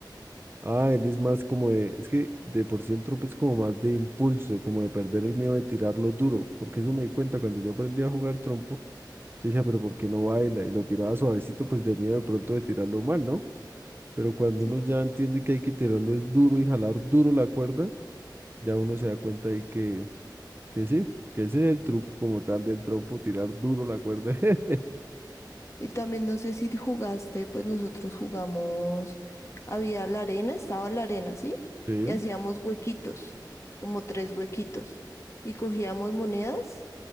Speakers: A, on the right (about 30°); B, on the left (about 40°).
A: Ah, él es más como de, es que de por sí el trompo es como más de impulso, como de perder el miedo de tirarlo duro, porque eso me di cuenta cuando yo aprendí a jugar trompo, yo decía, pero ¿por qué no baila? Y lo tiraba suavecito, pues de miedo de pronto de tirarlo mal, ¿no? Pero cuando
B: sí.
A: uno ya entiende que hay que tirarlo es duro y jalar duro la cuerda, ya uno se da cuenta ahí que Que sí, que ese es el truco como tal del trompo, tirar duro la cuerda. <laughs>
B: Y también no sé si jugaste, pues nosotros jugamos, había la arena, estaba la arena, ¿sí?
A: Sí.
B: Y hacíamos huequitos, como tres huequitos, y cogíamos monedas